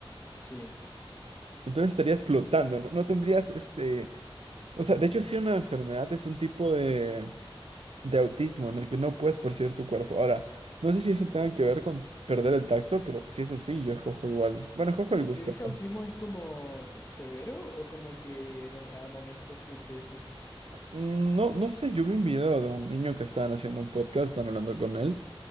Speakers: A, on the left; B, on the right.
A: Sí.
B: Entonces estarías flotando, ¿no? No tendrías este... O sea, de hecho sí una enfermedad es un tipo de, de autismo en el que no puedes percibir tu cuerpo. Ahora, no sé si eso tenga que ver con perder el tacto, pero si es así, yo escojo igual. Bueno, escojo el gusto.
A: ¿Pero ese autismo
B: ¿no?
A: es como severo o como que de, r- a momentos siente eso?
B: Mm, No, no sé, yo vi un video de un niño que estaban haciendo un podcast, estaban hablando con él.